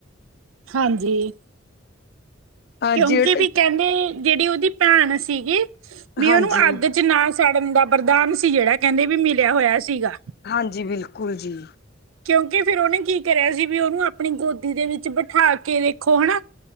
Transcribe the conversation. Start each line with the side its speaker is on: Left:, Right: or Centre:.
Right: ਹਾਂਜੀ,
Left: ਅ
Right: ਕਿਉਂਕਿ
Left: ਜੇ
Right: ਬੀ ਕੈੰਦੇ ਜੇੜੀ ਉਦੀ ਭੈਣ ਸੀਗੀ ਵੀ
Left: ਹਾਂਜੀ
Right: ਓਨੂੰ ਅੱਗ ਨਾ ਸਾੜਨ ਦਾ ਬਰਦਾਨ ਸੀ ਜੇੜਾ ਕੈੰਦੇ ਬੀ ਮਿਲਿਆ ਹੋਯਾ ਸੀਗਾ।
Left: ਹਾਂਜੀ, ਬਿਲਕੁਲ ਜੀ।
Right: ਕਿਉਂਕਿ ਫਿਰ ਉਹਨੇ ਕੀ ਕਰਿਆ ਸੀ ਵੀ ਉਹਨੂੰ ਆਪਣੀ ਗੋਦੀ ਦੇ ਵਿੱਚ ਬਿਠਾ ਕੇ ਦੇਖੋ ਹਨਾ।